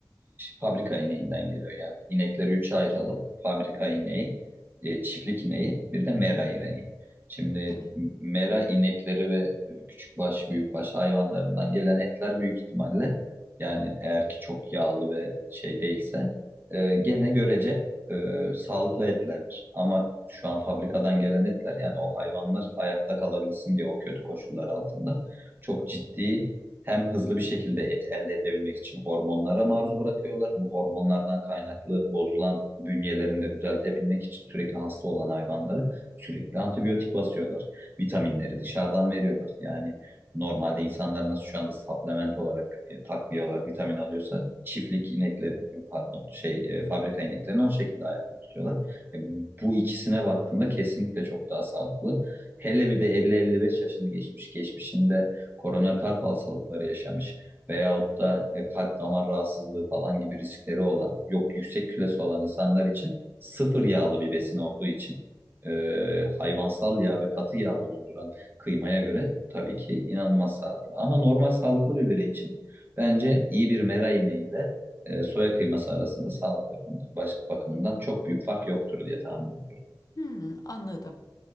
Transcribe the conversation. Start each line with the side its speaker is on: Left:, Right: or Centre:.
Right: fabrika ineğinden geliyor yani. İnekleri üçe ayıralım.
Left: Evet.
Right: Fabrika ineği, e, çiftlik ineği, bir de mera ineği. Şimdi
Left: Evet.
Right: mera inekleri ve küçük baş, büyük baş hayvanlarından gelen etler büyük ihtimalle yani eğer ki çok yağlı ve şey değilse e, gene görece e, sağlıklı etlerdir. Ama şu an fabrikadan gelen etler yani o hayvanlar ayakta kalabilsin diye o kötü koşullar altında çok ciddi hem hızlı bir şekilde et elde edebilmek için hormonlara maruz bırakıyorlar. Bu hormonlardan kaynaklı bozulan bünyelerinde düzeltebilmek için sürekli hasta olan hayvanları sürekli antibiyotik basıyorlar. Vitaminleri dışarıdan veriyorlar. Yani normalde insanlar nasıl şu anda supplement olarak e, takviye olarak vitamin alıyorsa çiftlik inekleri pardon şey e, fabrika ineklerini o şekilde ayakta tutuyorlar. E, bu ikisine baktığında kesinlikle çok daha sağlıklı. Hele bir de elli elli beş yaşını geçmiş geçmişinde koroner kalp hastalıkları yaşamış veyahut da e, kalp damar rahatsızlığı falan gibi riskleri olan, yok yüksek kilosu olan insanlar için sıfır yağlı bir besin olduğu için e, hayvansal yağ ve katı yağ bulunduran kıymaya göre tabii ki inanılmaz sağlıklı. Ama normal sağlıklı bir birey için bence iyi bir meraine ile e, soya kıyması arasında sağlık bakım- baş- bakımından çok büyük fark yoktur diye tahmin ediyorum.
Left: Hmm, anladım.